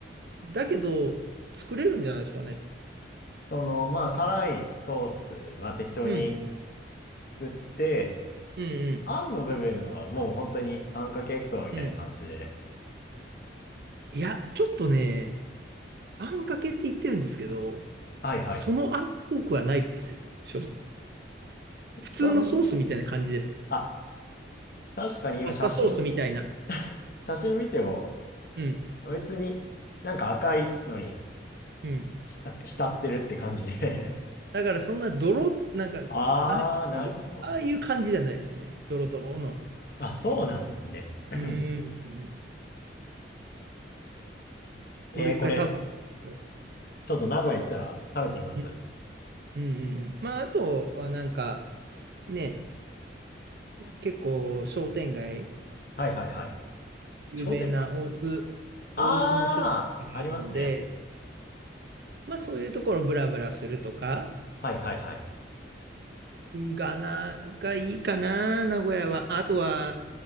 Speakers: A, on the right; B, on the left.
A: だけど、作れるんじゃないですかね。
B: その、まあ、辛いソースは適当に
A: うん、
B: 作って、
A: うん、
B: あんの部分はもう本当にあんかけ焼きそばみたいな感じで。
A: うん、うん。いや、ちょっとね、あんかけって言ってるんですけど、
B: はいはい。
A: そのあんっぽくはないですよ、正直。普通のソースみたいな感じです。
B: そん、あ、確かに今写真、
A: パスタソースみたいな。
B: 写真見ても
A: うん、
B: 別になんか赤いのに
A: うん。
B: 浸浸ってるって感じで
A: だからそんな泥、なんか、
B: <laughs> あー、
A: ああいう、
B: なるほど。
A: ああいう感じじゃないですね。ドロドロの。
B: あ、そうなんですね。<clears throat>
A: うーん。うん
B: えー、
A: これ一回食べてみてください。
B: これ、ちょっと名古屋行ったら食べてみます。
A: うんうんうんうん。まあ、あとはなんか、ね、結構商店街、
B: はいはいはい。
A: 有名な大須、
B: 商店街。
A: 大須の商店街があるので、
B: あー、ありますね。
A: まあそういうところブラブラするとか、
B: はいはいはい。
A: がな、がいいかな、名古屋は。あとは、